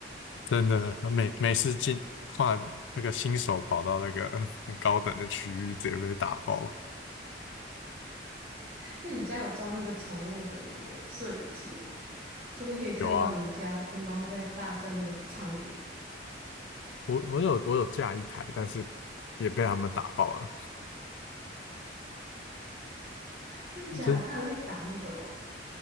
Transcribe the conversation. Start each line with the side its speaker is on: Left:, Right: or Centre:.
Left: 真的，每每次进跨那个新手跑到那个呃很高等的区域，直接被打爆。
Right: 那你家有装那个宠物的那个摄影机吗？说不定可以看到你家的猫在大战那个苍蝇。
Left: 有啊，我我有我有架一台，但是也被他们打爆了。
Right: 真的假的？
Left: 就
Right: 它有去打那个哦，